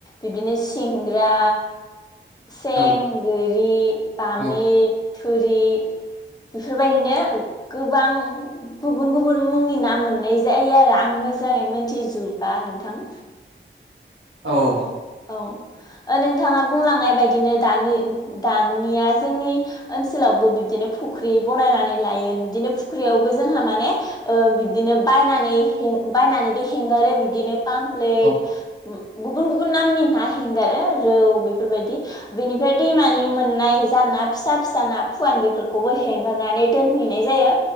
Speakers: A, on the left (about 20°); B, on the right (about 75°).
A: बिब्दिनो सिंग्रा सें
B: औ
A: गोरि बामि
B: औ
A: थुरि बेफोरबायदिनो गोबां गुबुन गुबुन मुंनि नाम मोननाय जायो आरो आं मोजाङै मोनथिजोबा नोंथां
B: औ औ
A: औ नोंथाङा बुंलांनाय बायदिनो दानि दानिया जोंनि ओनसोलावबो बिब्दिनो फुख्रि बनायनानै लायो बिदिनो फुख्रियावबो जोंहा माने बिब्दिनो बायनानै बायनानैबो हगारो बिबदिनो पामप्लेट
B: औ
A: गुबुन गुबुन नामनि ना हेंगारो रौ बेफोरबायदि बेनिफ्राय दैमानि मोननाय जान ना फिसा फिसा ना फुवान बेफोरखौबो हेंगारनानै दोनहैनाय जायो